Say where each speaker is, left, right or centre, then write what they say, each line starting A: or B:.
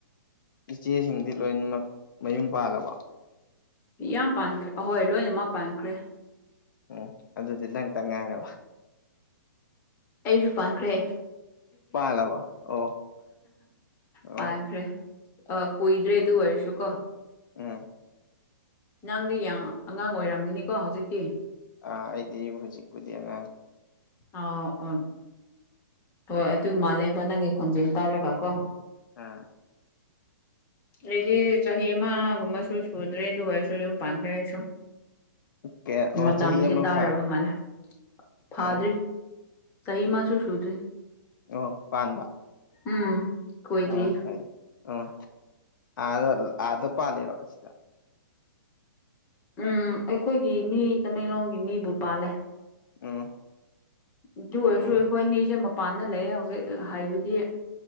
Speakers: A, on the left; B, on the left.
A: ꯏꯆꯦꯁꯤꯡꯗꯤ ꯂꯣꯏꯅꯃꯛ ꯃꯌꯨꯝ ꯄꯥꯜꯂꯕ
B: ꯌꯥꯝ ꯄꯥꯟꯈ꯭ꯔꯦ ꯑꯍꯣꯏ ꯂꯣꯏꯅꯃꯛ ꯄꯥꯟꯈ꯭ꯔꯦ
A: ꯎꯝ ꯑꯗꯨꯗꯤ ꯅꯪꯇ ꯉꯥꯏꯔꯕ
B: ꯑꯩꯁꯨ ꯄꯥꯟꯈ꯭ꯔꯦ
A: ꯄꯥꯜꯂꯕ ꯑꯣ ꯑꯣ
B: ꯄꯥꯡꯈ꯭ꯔꯦ ꯑ ꯀꯣꯏ ꯔꯦ ꯑꯗꯨ ꯑꯣꯏꯔꯁꯨ ꯀꯣ
A: ꯎ
B: ꯅꯥꯡꯗꯤ ꯑꯉꯥꯡ ꯑꯣꯏꯔꯝꯒꯅꯤꯀꯣ ꯍꯧꯖꯤꯛꯇꯤ
A: ꯑ ꯑꯩꯗꯤ ꯍꯧꯖꯤꯛꯄꯨꯗꯤꯉ
B: ꯑ ꯑꯣ ꯍꯣꯏ ꯑꯗꯨ ꯃꯥꯜꯂꯦꯕ ꯅꯪꯒꯤ ꯈꯣꯟꯖꯦꯜ ꯇꯥꯔꯒ ꯀꯣ
A: ꯑꯝ
B: ꯑꯗꯨꯗꯤ ꯆꯍꯤ ꯑꯃꯒꯨꯝꯕꯁꯨ ꯁꯨꯗ꯭ꯔꯦ ꯑꯗꯨ ꯑꯣꯏꯔꯁꯨ ꯌꯨꯝ ꯄꯥꯟꯈ꯭ꯔꯦ ꯍꯥꯏꯁꯨ
A: ꯀꯌꯥ ꯑꯣ
B: ꯃꯇꯝꯁꯦ
A: ꯆꯍꯤ ꯑꯃ
B: ꯇꯥꯔꯕ
A: ꯐꯥꯏ
B: ꯃꯥꯜꯂꯦ ꯐꯥꯗ꯭ꯔꯤ
A: ꯑꯣ
B: ꯁꯍꯤ ꯃꯥꯁꯨ ꯁꯨꯗ꯭ꯔꯤ
A: ꯑꯣ ꯄꯥꯟꯕ
B: ꯎꯝ ꯀꯣꯏꯗ꯭ꯔꯤ
A: ꯑꯣ ꯐꯔ ꯎꯝ ꯑꯗ ꯑꯗ ꯄꯥꯜꯂꯤꯔꯣ ꯁꯤꯗ
B: ꯎꯝ ꯑꯩꯈꯣꯏꯒꯤ ꯃꯤ ꯇꯃꯦꯡꯂꯣꯡꯒꯤ ꯃꯤꯕꯨ ꯄꯥꯜꯂꯦ
A: ꯎꯝ
B: ꯑꯗꯨ ꯑꯣꯏꯔꯁꯨ
A: ꯎꯝ
B: ꯑꯩꯈꯣꯏ ꯑꯅꯤꯁꯦ ꯃꯄꯥꯟꯗ ꯂꯩꯌꯦ ꯍꯧꯖꯤꯛ ꯍꯥꯏꯕꯗꯤ